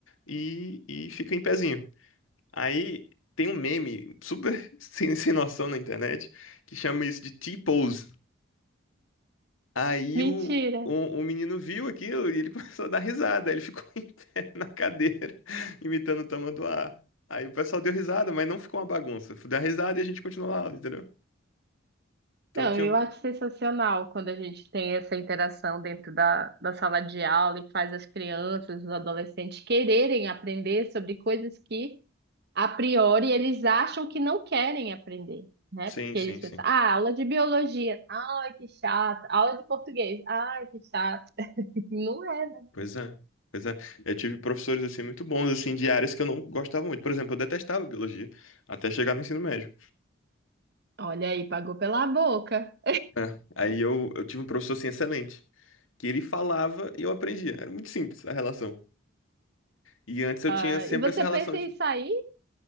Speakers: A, on the left (about 85°); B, on the right (about 55°).
A: e, e fica em pezinho. Aí tem um meme super <laughs> sem, sem noção na internet que chama isso de T-pose. Aí
B: Mentira.
A: o, o, o menino viu aquilo e ele <laughs> começou a dar risada. Ele ficou <laughs> em pé na cadeira, <laughs> imitando o tamanduá. Aí o pessoal deu risada, mas não ficou uma bagunça. Deu risada e a gente continuou a aula, entendeu? Então
B: Não,
A: tinha.
B: eu acho sensacional quando a gente tem essa interação dentro da, da sala de aula e faz as crianças, os adolescentes quererem aprender sobre coisas que a priori, eles acham que não querem aprender, né?
A: Sim,
B: Porque
A: sim,
B: eles pensam,
A: sim.
B: ah, aula de biologia, ai, que chato. Aula de português, ai, que chato. <laughs> Não é, né?
A: Pois é. Pois é. Eu tive professores assim muito bons, assim, de áreas que eu não gostava muito. Por exemplo, eu detestava biologia até chegar no ensino médio.
B: Olha aí, pagou pela boca.
A: É. Aí eu, eu tive um professor assim excelente, que ele falava e eu aprendia. Era muito simples a relação. E antes eu
B: Ah,
A: tinha sempre
B: E você
A: essa relação
B: pensa
A: de.
B: em sair?